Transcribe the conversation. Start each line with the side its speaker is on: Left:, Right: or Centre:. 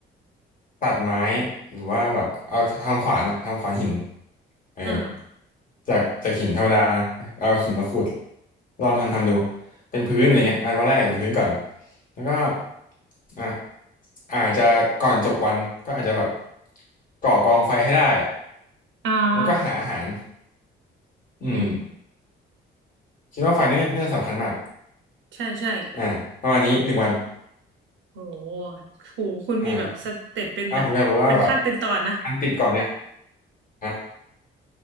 Left: ตัดไม้หรือว่าแบบเอาทำขวานอะทำขวานหิน เออ
Right: อ่า
Left: จากจากหินธรรมดานะเอาหินมาขูดลองทำทำดูเป็นพื้นอะไรเงี้ยอันวันแรกอาจจะเป็นพื้นก่อน
Right: อืม
Left: แล้วก็อ่ะอาจจะก่อนจบวันก็อาจจะแบบก่อกองไฟให้ได้
Right: อ่า
Left: แล้วก็หาอาหารอืม
Right: อืม
Left: คิดว่าไฟนี่น่าจะสำคัญมาก
Right: ใช่ใช่
Left: อ่าประมาณนี้หนึ่งวัน
Right: โอ้โหโหคุณมีแบบสเต็ปเป็นแบบเป็นขั้นเป็นตอนนะ
Left: อ่าอ่าผมอยากรู้ว่าแบบการติดเกาะเนี่ยอ่ะ